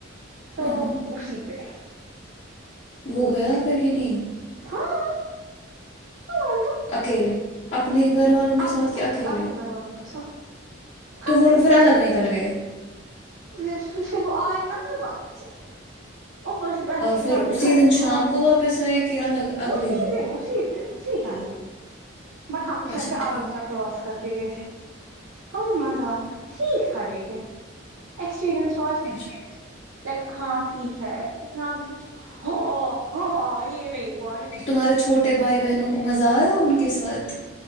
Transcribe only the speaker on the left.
ہاں
وہ گیا پھر کہ نہیں
اکیلے اپنے گھر والوں کے
ساتھ
کے اکیلے
تو
وہ لوگ
پھر الگ نکل گئے
پھر
اسی
دن
شام کو واپس آئے کہ الگ اگلے
اچھا
ٹھیک
اچھا
تہمارے چھوٹے بھائی بہنوں کو مزہ آیا ان کے ساتھ